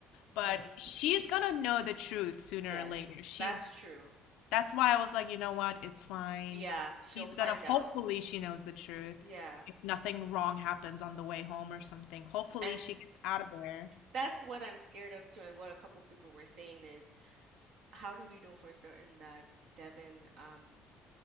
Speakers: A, on the left; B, on the right.
A: but
B: Like
A: she's gonna know the truth sooner
B: yes,
A: or later. She's
B: that's true.
A: that's why I was like, you know what? It's fine.
B: Yeah, she'll
A: She's
B: find
A: gonna hopefully
B: out.
A: she knows the truth.
B: Yeah.
A: If nothing wrong happens on the way home or something, hopefully
B: And
A: she gets out of there.
B: that's what I'm scared of too and what a couple people were saying is how do we know for certain that Devin um